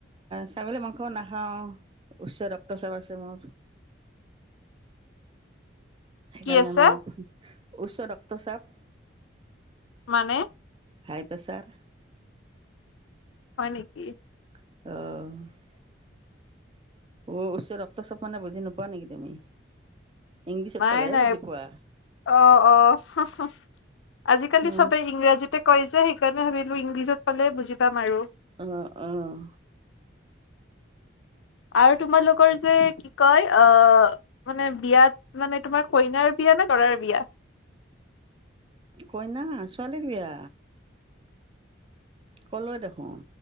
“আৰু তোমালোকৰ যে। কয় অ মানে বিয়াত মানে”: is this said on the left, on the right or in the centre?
Left